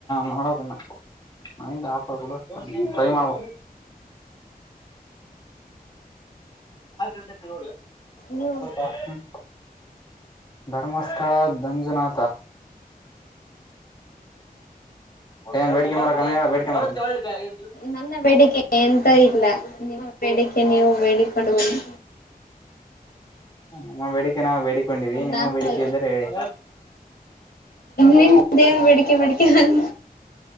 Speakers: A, on the left; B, on the left.
A: ನೋಡ್ಬೇಕ್ ಇನ್ನ ನೈಟ್ ಆಗುತ್ಬಿಡ್ ಟ್ರೈ ಮಾಡ್ಬೇಕ್ ಇನ್ನ
B: ನೀವು
A: <unintelligible> <unintelligible> ಧರ್ಮಸ್ಥಳ ದಂಜುನಾಥ ಏನ್ ಬೇಡ್ಕನ್ ಬರ್ಬೆಕ್ ಏನ್ ಹೇಳು ಬೇಡ್ಕೊಂಡು ಬರ್ತೀನಿ
B: ನನ್ನ ಬೇಡಿಕೆ ಎಂತ ಇಲ್ಲ. ನಿಮಗ್ ಬೇಡಿಕೆ ನೀವು ಬೇಡಿಕಡುವಲಿ.
A: ನಮ್ಮ ಬೇಡಿಕೆ ನಾವ್ ಬೇಡಿಕ್ ೊಂಡ ನಿಮ್ಮ
B: ನಾನು
A: ಬೇಡಿಕೆ ಇದರೆ ಹೇಳಿ
B: ನಿಮ್ದ ಏನ್ ಬೇಡಿಕೆ ಬೇಡಿಕೆ ಬಂದ